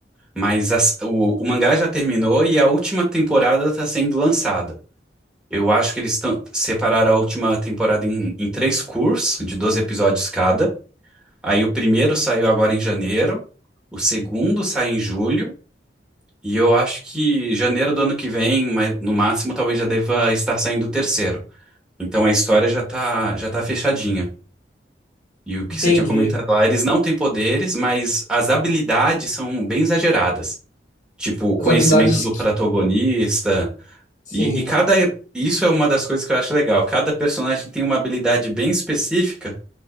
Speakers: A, in the centre; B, on the left.
A: mas as- o, o mangá já terminou e a última temporada tá sendo lançada. Eu acho que eles tão- separaram a última temporada em, em três cursos, de 12 episódios cada. Aí o primeiro saiu agora em janeiro, o segundo sai em julho, e eu acho que janeiro do ano que vem, mas no máximo, talvez já deva estar saindo o terceiro. Então a história já tá, já tá fechadinha. E o que
B: Entendi.
A: você tinha comentado lá, eles não têm poderes, mas as habilidades são bem exageradas. Tipo, o conhecimento
B: As habilidades,
A: do
B: que-
A: protagonista.
B: sim,
A: E, e cada. Isso é uma das coisas que eu acho legal. Cada personagem tem uma habilidade bem específica